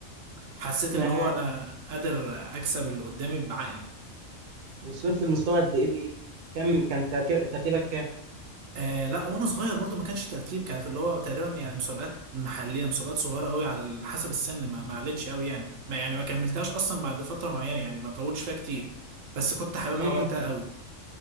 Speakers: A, on the right; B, on the right.
A: حسيت
B: آه،
A: اللي هو أنا قادر أكسب اللي قدامي بعقلي
B: وصلت لمستوى قد ايه فيه كم كان تركيب... ترتيبك كام
A: آه لا وانا صغير برضو ما كانش ترتيب كانت اللي هو تقريبا يعني مسابقات محليه مسابقات صغيره قوي على ال- حسب السن ما ما علتش قوي يعني ما يعني ما كملتهاش اصلا بعد فتره معينه يعني ما طولتش فيها كتير بس كنت حاببها
B: مم.
A: وقتها قوي